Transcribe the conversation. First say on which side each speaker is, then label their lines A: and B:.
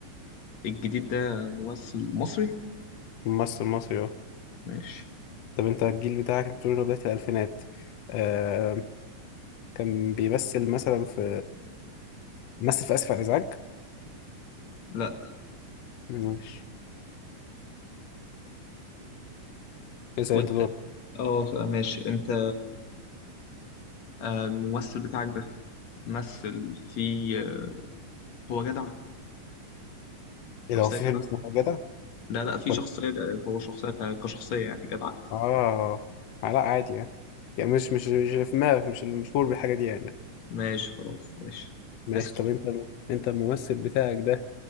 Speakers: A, on the left; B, on the left.
A: الجديد ده ممثل مصري
B: ممثل مصري اهو
A: ماشي
B: طب انت الجيل بتاعك انت بتقول إنه بداية الالفينات آه... كان بيمثل مثلا في مثل في اسف على الازعاج
A: لا
B: ماشي اسال
A: وأنت
B: انت دور
A: اه ماشي أنت آه، الممثل بتاعك ده مثل في آه، هو جدع شخصية
B: ايه ده هو في
A: جدع
B: فيلم اسمه جدع
A: لا لا في
B: ولا
A: شخصية هو شخصية ك- كشخصية يعني جدع
B: اه آه، لا عادي يعني يعني مش مش مش اللي في دماغك مش اللي مشهور بالحاجة دي يعني
A: ماشي خلاص ماشي
B: ماشي
A: اسأل
B: طب انت انت الممثل بتاعك ده